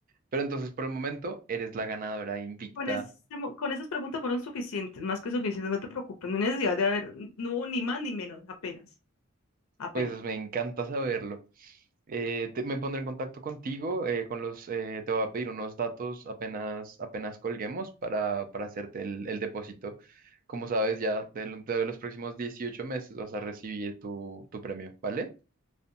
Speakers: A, on the right; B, on the left.
A: Pero entonces por el momento eres la ganadora invicta
B: Con, ese mo- con esas preguntas fueron suficientes, más que suficientes, no te preocupes, no hay necesidad de haber, no hubo ni más ni menos, apenas, apenas.
A: Pues me encanta saberlo. Eh, te- me pondré en contacto contigo, eh, con los, eh, te voy a pedir unos datos apenas, apenas colguemos para, para hacerte el, el depósito. Como sabes, ya de, lo- de los próximos 18 meses vas a recibir tu, tu premio, ¿vale?